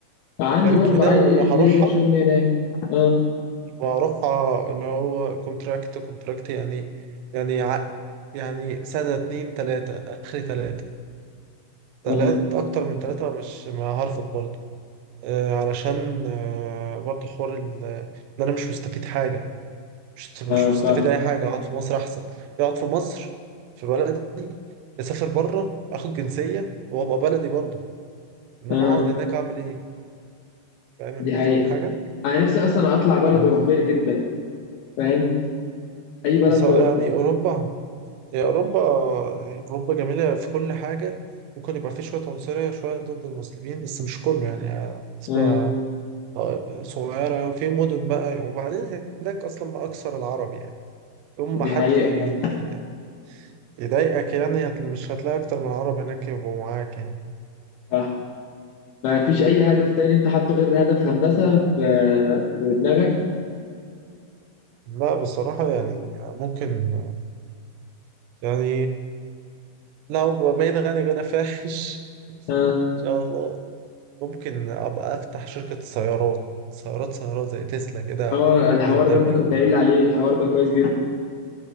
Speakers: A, on the left; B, on the right.
A: عندي
B: غير
A: برضو
B: كده
A: عادي
B: وهروحها
A: ليا شغل هناك اه
B: وهروحها اللي هو كونتراكت كونتراكت يعني يعني عقد يعني سنة اتنين تلاتة اخري تلاتة تلات
A: اه
B: اكتر من تلاتة مش ما هرفض برضه آه، علشان آه، برضه حوار ال- ان انا مش مستفيد حاجه مش مش
A: اه
B: مستفيد
A: فاهم
B: اي حاجه اقعد في مصر احسن اقعد في مصر في بلدي اسافر بره اخد جنسيه وابقى بلدي برضه انما
A: اه
B: اقعد هناك اعمل ايه فاهم
A: دي حقيقة
B: فاهم حاجه
A: انا نفسي اصلا اطلع بلد
B: يعني
A: اوروبية جدا فاهم اي بلد
B: بس
A: في
B: يعني
A: اوروبا
B: اوروبا هي اوروبا اوروبا جميله في كل حاجه ممكن يبقى في شويه عنصريه شويه ضد المسلمين بس مش كله يعني نسبه
A: اه
B: آه، صغيره وفي مدن بقى وبعدين هناك اصلا ما اكثر العرب يعني يوم
A: دي
B: ما حد
A: حقيقة
B: ي-
A: فاهم
B: يضايقك يعني هت- مش هتلاقي أكتر من عرب هناك يبقوا معاك يعني
A: صح ما فيش اي هدف تاني انت حاطه غير هدف هندسة في في دماغك
B: لا بصراحة يعني ممكن يعني لو بقيت غني غنى فاحش <laughs> إن
A: اه
B: شاء الله ممكن أبقى أفتح شركة سيارات سيارات سيارات زي تسلا كده
A: اه الحوار
B: بي ام دبليو
A: ده انت كنت قايل لي عليه الحوار ده كويس جدا